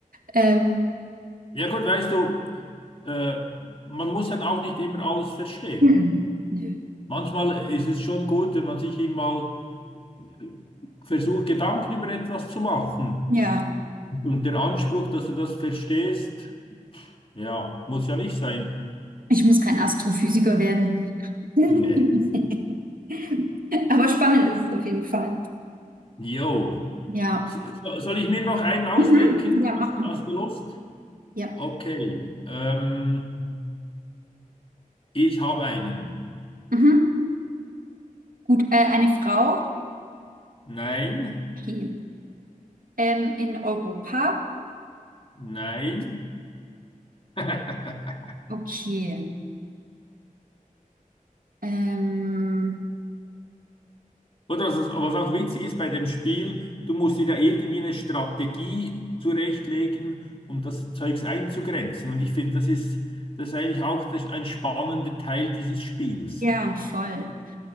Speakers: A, on the right (about 85°); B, on the left (about 40°).
A: Ähm,
B: Ja gut, weißt du, äh, man muss dann auch nicht immer alles verstehen.
A: mhm. Nö.
B: Manchmal ist es schon gut, wenn man sich eben mal äh, versucht, Gedanken über etwas zu machen.
A: Ja.
B: Und der Anspruch, dass du das verstehst, ja, muss ja nicht sein.
A: Ich muss kein Astrophysiker werden. <laughs>
B: Nee.
A: Aber spannend ist es auf jeden Fall.
B: Jo.
A: Ja.
B: So, soll ich mir noch einen ausdenken?
A: Mhm. Ja,
B: Hast,
A: mach mal.
B: hast du Lust?
A: Ja.
B: Okay, ähm, ich habe einen.
A: Mhm. Gut, äh, eine Frau.
B: Nein,
A: Okay. Ähm, in Europa.
B: nein. <laughs>
A: Okay. Ähm,
B: Oder was, was auch witzig ist bei dem Spiel, du musst dir da irgendwie eine Strategie zurechtlegen, um das Zeugs einzugrenzen. Und ich finde, das ist, das ist eigentlich auch das, ein spannender Teil dieses Spiels.
A: ja, voll.